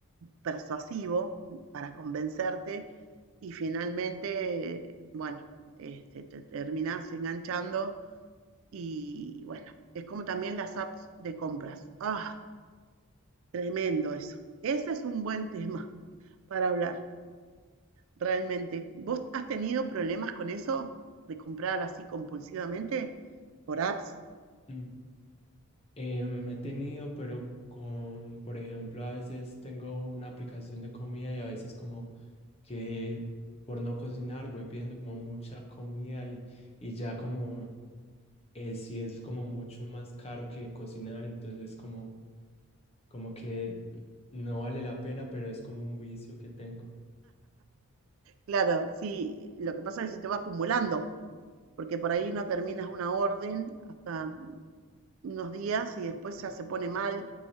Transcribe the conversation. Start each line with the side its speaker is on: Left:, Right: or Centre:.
Right: persuasivo para convencerte y finalmente, bueno, este, te terminás enganchando y bueno, es como también las apps de compras. Ah, tremendo eso. Ese es un buen tema <laughs> para hablar. realmente. ¿Vos has tenido problemas con eso de comprar así compulsivamente por apps?
Left: Mm. Em, he tenido, pero con, por ejemplo, a veces tengo una aplicación de comida y a veces como que por no cocinar voy pidiendo como mucha comida y, y ya como... eh, sí es como mucho más caro que cocinar, entonces como, como que no vale la pena, pero es como un vicio que tengo.
Right: Claro, sí, lo que pasa es que se te va acumulando, porque por ahí no terminas una orden hasta unos días y después ya se pone mal